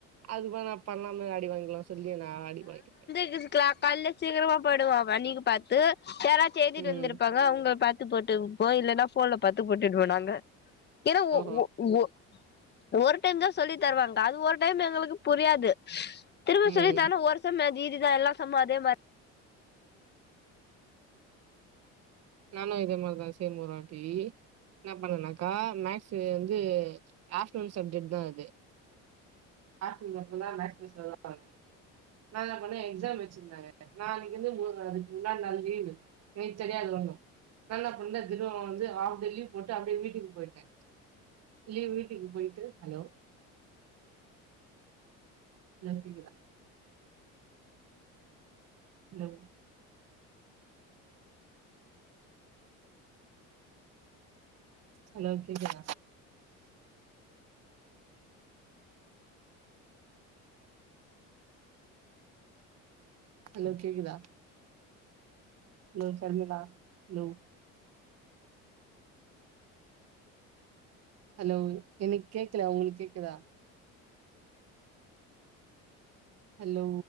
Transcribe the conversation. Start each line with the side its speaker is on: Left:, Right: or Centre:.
Right: அதுக்கு நா பண்ணாமலே அடி வாங்கிக்லா சொல்லி நா அடி வாங்கிப்பே
Left: இதுக்ல கல்லே சீக்கிரமா போய்டுவா அவ அன்னிக்கு பாத்து யாராச்சி எய்திட்டு
Right: ம்
Left: வந்திருப்பாங்க அவங்ள பாத் த்து போட்டுப்போ இல்லன்னா ஃபோன்ல பாத்து போட்டுட்வோ நாங்க ஏனா ஒஒஒ
Right: ஓஹோ
Left: ஒரு டைம் தா சொல்லி தருவாங்க அது ஒரு டைம் எங்களுக்கு புரியாது திரும்ப
Right: ம்
Left: சொல்லிதான்னா ஒரு சம் அது இதுதா எல்லா சம்மும் அதே மாரி
Right: நானு இதே மாரிதா சேம் ஒரு வாட்டி என்ன பண்ணனாக்கா மேக்ஸ் வந் து ஆஃப்டுனூன் சப்ஜெக்ட் தா அது ஆஃப்டுனுல்ல ஃபுல்லா மேக்ஸ் மிஸ் வருவாங்க நா என்னா பண்ணே எக்ஸாம் வச்சிருந்தாங்க நா அன்னைக்கினு <unintelligible> முன்னாடி நாள் லீவு எனக்கு தெரியாதுலோ நா என்ன பண்ணே திருப்பவு வந்து ஆஃப் டே லீவ் போட்டு அப்டியே வீட்டுக்கு போயிட்டே லீவ் வீட்டு போயிட்டு ஹலோ ஹலோ கேக்குதா ஹலோ ஹலோ கேக்குதா ஹலோ கேக்குதா ஹலோ சர்மிளா ஹலோ ஹலோ எனக கேக்கல உங்களுக்கு கேக்குதா ஹலோ